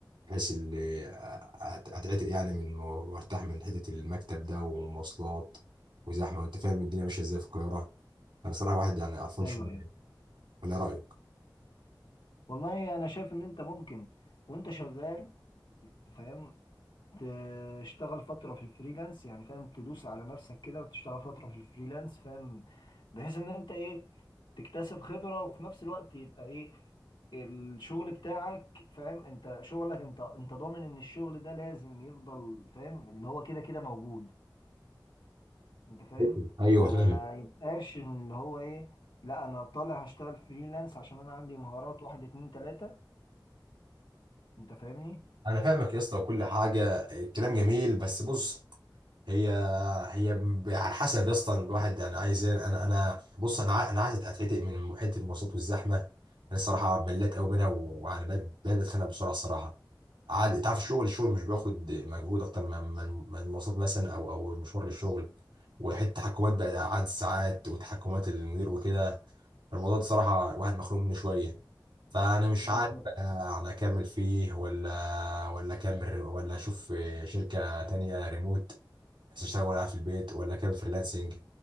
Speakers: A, on the right; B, on the left.
A: بحيث اللي أت- اتعتق يعني من مو- وارتاح من حته المكتب ده ومواصلات وزحمه وانت فاهم الدنيا ماشيه ازاي في القاهره انا صراحه واحد يعني قرفان
B: ايوه
A: شويه
B: ايوه
A: ولا رايك
B: والله انا شايف ان انت ممكن وانت شغال فاهم تشتغل فترة في الفريلانس يعني فاهم تدوس على نفسك كده وتشتغل فترة في الفريلانس فاهم بحيث ان انت ايه تكتسب خبرة وفي نفس الوقت يبقى ايه الشغل بتاعك فاهم انت شغلك انت انت ضامن ان الشغل ده لازم يفضل فاهم اللي هو كده كده موجود انت فاهم
A: ايوه أيوة،
B: ما
A: فاهم
B: يبقاش إن اللي هو ايه لا انا طالع هشتغل فريلانس عشان انا عندي مهارات واحد اتنين تلاتة انت فاهمني
A: انا فاهمك يا اسطى وكل حاجه الكلام جميل بس بص هي هي ب- على حسب يا اسطى الواحد يعني عايز ايه انا انا بص انا عا- انا عايز اتعتق من محيط المواصلات والزحمه انا الصراحه مليت قوي منها ويعني بقيت بقيت بتخنق بسرعه الصراحه عاد تعرف الشغل الشغل مش بياخد مجهود اكتر من من من المواصلات مثلا او او المشوار للشغل وحته تحكمات بقى عدد الساعات وتحكمات المدير وكده الموضوع ده صراحه واحد مخنوق منه شويه فانا مش
B: بالظبط
A: عارف بقى يعني اكمل فيه ولا ولا اكمل ولا اشوف شركه تانية ريموت بس اشتغل وانا قاعد في البيت ولا كان فريلانسنج